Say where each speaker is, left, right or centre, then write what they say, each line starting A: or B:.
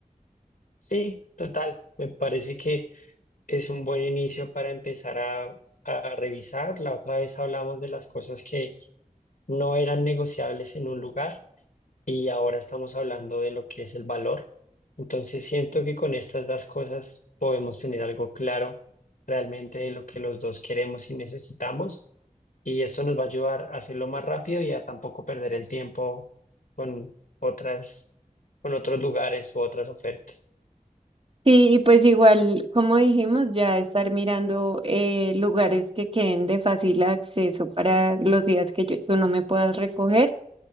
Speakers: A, on the left; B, on the right.
A: Sí, total, me parece que es un buen inicio para empezar a, a revisar. La otra vez hablamos de las cosas que no eran negociables en un lugar y ahora estamos hablando de lo que es el valor. Entonces siento que con estas dos cosas podemos tener algo claro realmente de lo que los dos queremos y necesitamos y eso nos va a ayudar a hacerlo más rápido y a tampoco perder el tiempo con otras, con otros lugares u otras ofertas.
B: Y, y pues igual, como dijimos, ya estar mirando eh, lugares que queden de fácil acceso para los días que yo, tú no me puedas recoger